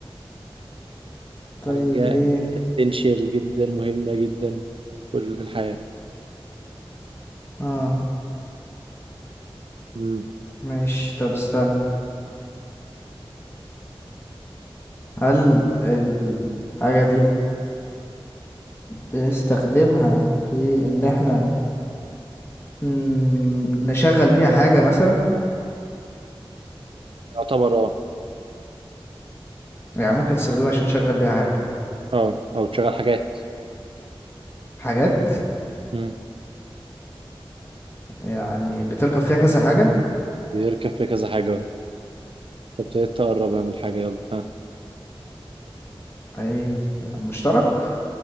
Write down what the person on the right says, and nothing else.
حاجة
essential جدا مهمة جدا في في الحياة
مم.
يعتبر اه
اه او تشغل حاجات
مم.
بيركب فيها كذا حاجة اه. انت ابتديت تقربها من الحاجة يلا ها